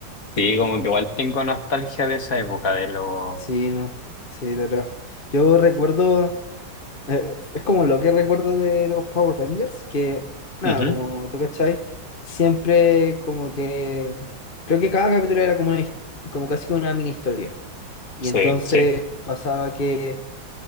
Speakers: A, on the left; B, on the left.
A: sí, como que igual tengo nostalgia de esa época, de los...
B: sí, no, sí, de verdad. Yo recuerdo. Eh, es como lo que recuerdo de los Power Rangers, que nada,
A: Ujú,
B: como tú cachai, siempre como que creo que cada capítulo era como, una his- como casi que una mini historia. Y
A: Sí,
B: entonces
A: sí.
B: pasaba que